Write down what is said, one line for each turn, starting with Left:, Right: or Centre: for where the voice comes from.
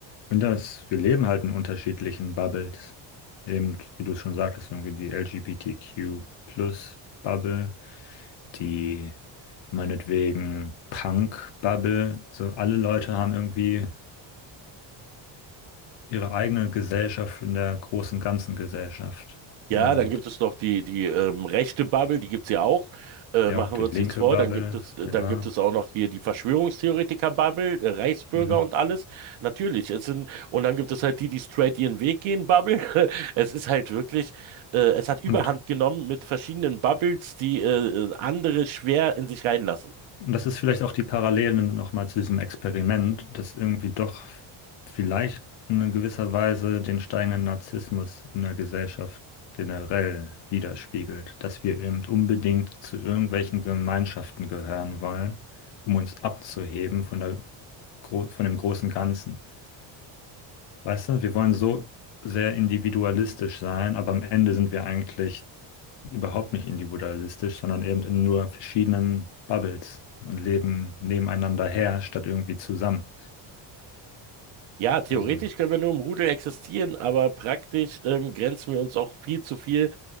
Left: Und das, wir leben halt in unterschiedlichen Bubbles. Eben, wie du es schon sagtest, irgendwie die LGBTQ-Plus-Bubble, die meinetwegen Punk-Bubble. So alle Leute haben irgendwie ihre eigene Gesellschaft in der großen ganzen Gesellschaft.
Right: Ja,
Left: Und
Right: dann gibt es noch die, die ähm, rechte Bubble, die gibt's ja auch. Äh,
Left: ja,
Right: machen
Left: die
Right: wir
Left: linke
Right: uns nichts vor.
Left: Bubble,
Right: Dann gibt es, dann
Left: genau.
Right: gibt es auch noch hier die Verschwörungstheoretiker-Bubble, äh, Reichsbürger
Left: Mhm.
Right: und alles. Natürlich. Es sind, und dann gibt es halt die, die straight ihren Weg gehen, Bubble. <laughs> Es ist halt wirklich, äh, es hat Überhand
Left: Und,
Right: genommen mit verschiedenen Bubbles, die äh, äh, andere schwer in sich reinlassen.
Left: und das ist vielleicht auch die Parallelen nochmal zu diesem Experiment, dass irgendwie doch vielleicht in gewisser Weise den steigenden Narzissmus in der Gesellschaft generell widerspiegelt, dass wir eben unbedingt zu irgendwelchen Gemeinschaften gehören wollen, um uns abzuheben von der, gro- von dem großen Ganzen. Weißt du, wir wollen so sehr individualistisch sein, aber am Ende sind wir eigentlich überhaupt nicht individualistisch, sondern eben in nur verschiedenen Bubbles und leben nebeneinander her, statt irgendwie zusammen.
Right: Ja, theoretisch
Left: Also,
Right: können wir nur im Rudel existieren, aber praktisch ähm, grenzen wir uns auch viel zu viel